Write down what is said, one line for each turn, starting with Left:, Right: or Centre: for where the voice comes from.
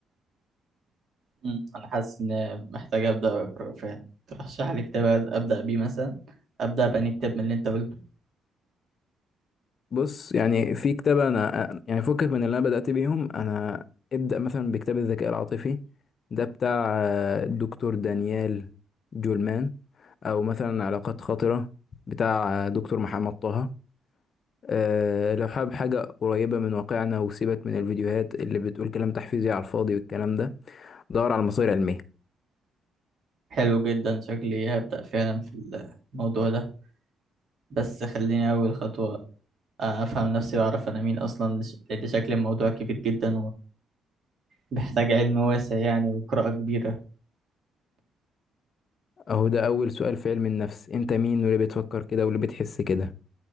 Right: مم. انا حاسس ان محتاج ابدا اقرا فعلا ترشح لي كتاب ابدا بيه مثلا ابدا بأني كتاب من اللي انت قلته
Left: بص يعني في كتاب انا يعني فكك من اللي انا بدأت بيهم انا ابدأ مثلا بكتاب الذكاء العاطفي ده بتاع آه، الدكتور دانيال جولمان او مثلا علاقات خاطرة بتاع آه، دكتور محمد طه آه، لو حابب حاجة قريبة من واقعنا وسيبك من الفيديوهات اللي بتقول كلام تحفيزي على الفاضي والكلام ده دور على مصادر علمية
Right: حلو جدا شكلي هبدا فعلا في الموضوع ده بس خليني اول خطوه افهم نفسي واعرف انا مين اصلا لش- لان شكل الموضوع كبير جدا ومحتاج علم واسع يعني وقراءه كبيره
Left: أهو ده أول سؤال في علم النفس أنت مين واللي بتفكر كده واللي بتحس كده